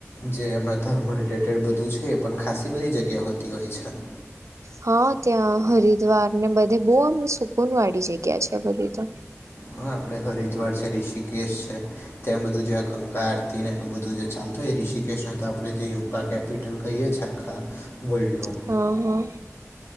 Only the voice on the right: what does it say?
હા ત્યાં હરિદ્વાર ને બધે બહુ આમ સુકૂન વાળી જગ્યા છે બધી ત્યા
હા હા